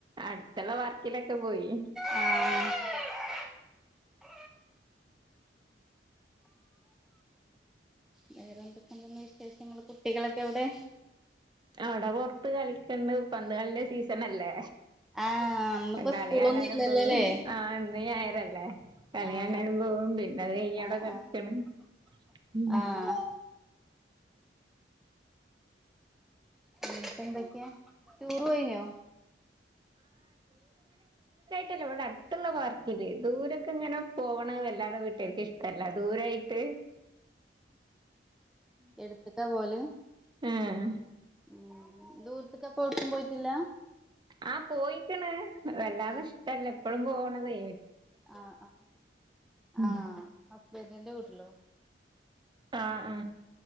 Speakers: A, on the right; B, in the centre.
A: അടുത്തുള്ള വർക്കിയിലൊക്കെ പോയി.
B: <unintelligible> വേറെ എന്തൊക്കെണ്ടന്ന് വിശേഷങ്ങള് കുട്ടികളൊക്കെ എവിടെ?
A: അവിടെ പൊറത്ത് കളിക്കണ്ട് പന്ത് കളിന്റെ സീസണല്ലേ?
B: ആഹ് ഇന്നിപ്പോ
A: കളി
B: സ്കൂളൊന്നും
A: കാണാനും
B: ഇല്ലല്ലോല്ലേ
A: പോവും ആഹ് ഇന്ന് ഞായറല്ലേ? കളിയാണാനും
B: ആഹ്
A: പോവും പിന്നെ അത് കഴിഞ്ഞ് അവിടെ
B: ആഹ്
A: കളിക്ക്ണ്.
B: ആഹ്
A: ഉം.
B: ആഹ് ട്ട് എന്തൊക്കെ ടൂർ പോയിനോ?
A: ട്ടല്ല. ഇവിടെ അടുത്തുള്ള പാർക്കില് ദൂരൊക്കങ്ങനെ പോവ്ണ വല്ലാതെ വീട്ടേർക്ക് ഇഷ്ടല്ല ദൂരേയിട്ട്.
B: എടുത്ത്ക്ക പോവല്ല്.
A: ഏഹ്
B: ഉം ദൂരത്ത്ക്ക് അപ്പ ഒട്ക്കും പോയിട്ടില്ല.
A: ആഹ് പോയിക്ക്ണ് വല്ലാതെ
B: ഉം
A: ഇഷ്ടല്ല ഇപ്പഴും പോണതേ.
B: ആഹ് അഹ്
A: ഉം
B: ആ ഹസ്ബൻഡിന്റെ വീട്ട്ലോ?
A: ആ ആ